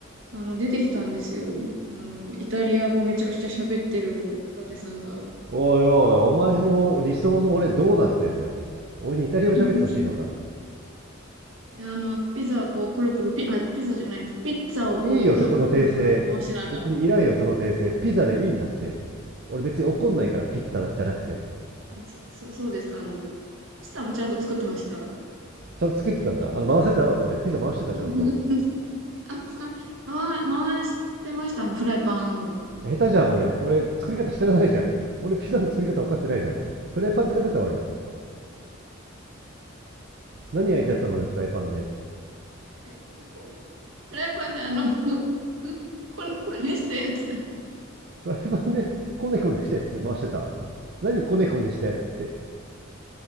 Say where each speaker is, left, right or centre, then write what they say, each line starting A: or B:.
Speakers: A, on the right; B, on the right.
A: あの、出てきたんですよ。あの、イタリア語めちゃくちゃ喋ってる伊達さんが。
B: おいおいお前の理想の俺どうなってんだよ俺にイタリア語喋ってほしいのか
A: <laughs> あの、ピザをこう、くるくるピ、あ、ピザじゃないです。ピッツァをこう、
B: いいよそこの訂正別にいらんよその訂正ピザでいいんだって
A: くるくるくるくる回しながら。
B: 俺別に怒んないからピッツァじゃなくても
A: あ、そ、そ、そうですか。あの、スタもちゃんと作ってました。
B: ちゃんと作ってたんだあの回せてた俺ピザ回してたちゃんと
A: <laughs> あ、回、回してました。あの、フライパンを。
B: 下手じゃん俺俺作り方知らないじゃん俺ピザの作り方分かってないじゃんフライパン使ってた俺何焼いちゃったの俺フライパンで
A: えフライパンであの、<laughs> こねこねしたやつ。
B: フライパンでコネコネしたやつ回してた何コネコネしたやつって